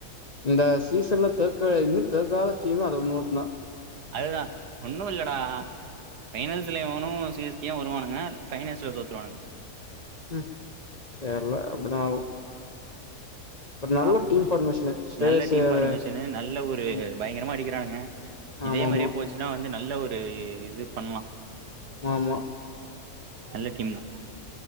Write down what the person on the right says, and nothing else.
அதுதான் ஒண்ணும் இல்லடா பைனல்ஸ்ல இவனும் சி எஸ் கேவு வருவாங்க பைனஸ்ல தோத்துருவானுங்க
பாப்போம்
நல்ல டீம்
ஃபார்மேஷன்னு நல்ல ஒரு
பயங்கரமா அடிக்கிறானுங்க இதே
மாதிரியே போச்சுன்னா வந்து ந நல்ல ஒரு இது பண்ணலாம்
நல்ல டீம் தான்